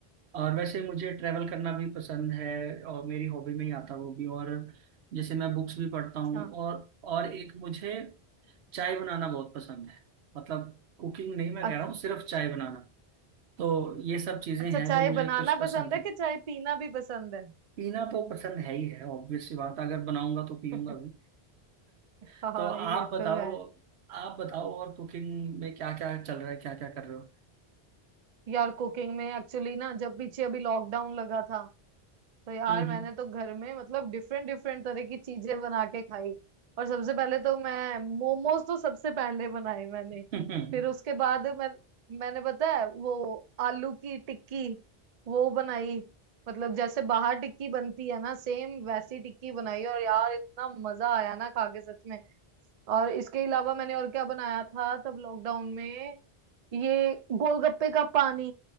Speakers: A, on the right (about 85°); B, on the right (about 45°).
A: और वैसे मुझे ट्रैवल करना भी पसंद है और मेरी हॉबी में ही आता है वो भी और जैसे मैं बुक्स भी पढ़ता हूँ
B: हाँ
A: और और एक मुझे चाय बनाना बहुत पसंद है मतलब कुकिंग नहीं मैं
B: अच-
A: कह रहा हूँ सिर्फ चाय बनाना तो ये सब चीजें
B: अच्छा
A: हैं
B: चाय
A: जो मुझे
B: बनाना
A: कुछ पसंद
B: पसंद है
A: है
B: कि चाय पीना भी पसंद है
A: पीना तो पसंद है ही है ऑब्वियस सी बात है, अगर बनाऊंगा तो पीऊंगा
B: <laughs>
A: भी
B: हाँ
A: <laughs> तो आप
B: ये तो
A: बताओ
B: है
A: आप बताओ और कुकिंग में क्या क्या चल रहा है क्या क्या कर रहे हो
B: यार कुकिंग में एक्चुअली ना जब पीछे अभी लॉकडाउन लगा था तो यार
A: हम्म
B: मैंने
A: हम्म
B: तो घर में मतलब डिफरेंट डिफरेंट तरह की चीजें बना के खाई और सबसे पहले तो मैं मोमोज तो सबसे पहले बनाए मैंने
A: <laughs> हम्म
B: फिर उसके बाद मैं मैंने पता है वो आलू की टिक्की वो बनाई मतलब जैसे बाहर टिक्की बनती है ना सेम वैसी टिक्की बनाई और यार इतना मजा आया ना खा के सच में और इसके अलावा मैंने और क्या बनाया था तब लॉकडाउन में ये गोलगप्पे का पानी